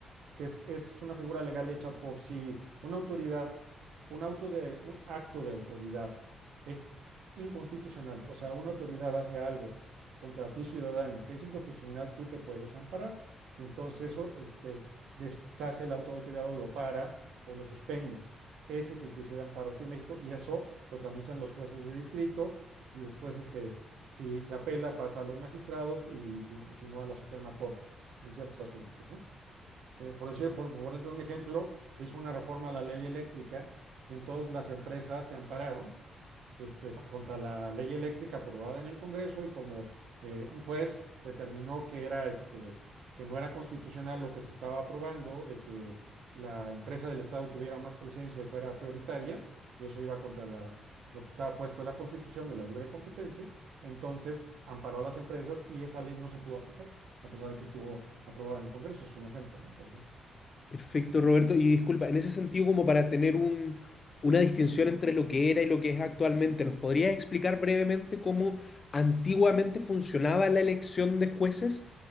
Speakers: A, on the right; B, on the left.
A: que es, es una figura legal hecha por si una autoridad, un, auto de, un acto de autoridad es inconstitucional, o sea, una autoridad hace algo contra ti ciudadano que es inconstitucional, tú te puedes amparar y entonces eso este, deshace el auto de autoridad o lo para o lo suspende. Ese es el juicio de amparo aquí en México y eso lo tramitan los jueces de distrito y después este, si se apela pasa a los magistrados y si, si no a la Suprema Corte en ciertos asuntos, ¿no? Eh, por decir, por, por poner un ejemplo, se hizo una reforma a la ley eléctrica y entonces las empresas se ampararon este, pa- contra la ley eléctrica aprobada en el Congreso y como eh, un juez determinó que era, este, que no era constitucional lo que se estaba aprobando, de que la empresa del Estado tuviera más presencia y fuera prioritaria, y eso iba contra las, lo que estaba puesto en la Constitución de la libre competencia, entonces amparó a las empresas y esa ley no se pudo aplicar, a pesar de que estuvo aprobada en el Congreso. Es un ejemplo, ¿no? Por ejemplo.
B: Perfecto, Roberto. Y disculpa, en ese sentido, como para tener un, una distinción entre lo que era y lo que es actualmente, ¿nos podrías explicar brevemente cómo antiguamente funcionaba la elección de jueces?